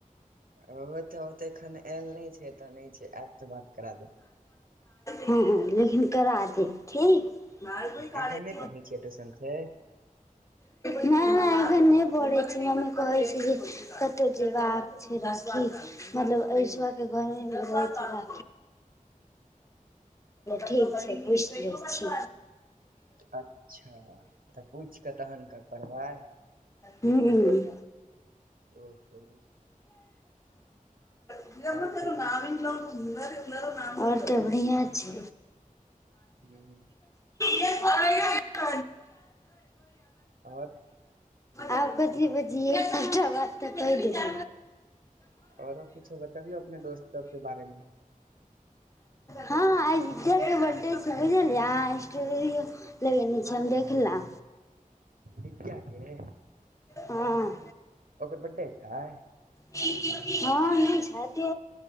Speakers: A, on the right; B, on the left.
A: ओ तऽ ओतऽ एखन आयल नय छै एतऽ नय छै आयत तऽ बात करा देब।
B: हुँ हुँ लेकिन करा देब ठीक। नय
A: एखन नहि पढ़ै छियै ट्यूशन से
B: नय अखन नय बोलै छै मम्मी कहैत छै जे कतहु जेबाक छै राखी। मतलब स के घराढ़। ठीक छै पुछि लै छी।
A: अच्छा तऽ पूछि कऽ तहन क पढ़बै
B: हुँ हुँ
A: ओ हो
B: आओर
A: आओर कहियौ
B: तऽ बढ़ियाँ छै।
A: ह
B: यै <unintelligible>
A: आओर
B: आब कथी बजियै सबटा बात तऽ कहि देलि।
A: आओरो किछो बतबियौ अपने दोस्त सब के बारेमे।
B: हँ आय विद्या के वड्डे छै बुझलियै लगेने छै हम देखलौं।
A: विद्या के।
B: हँ।
A: ओकर बड्डे छै।
B: हँ नहि छ त